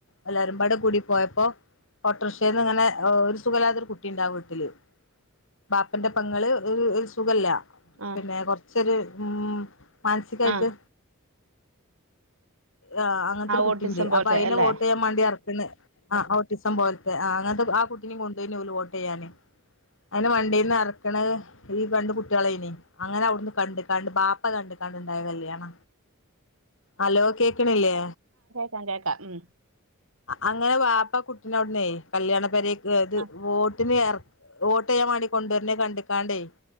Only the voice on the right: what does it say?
ആ
ആ
ഓട്ടിസം പോലത്തെ
അല്ലേ
ച <unintelligible> ഉം
ആ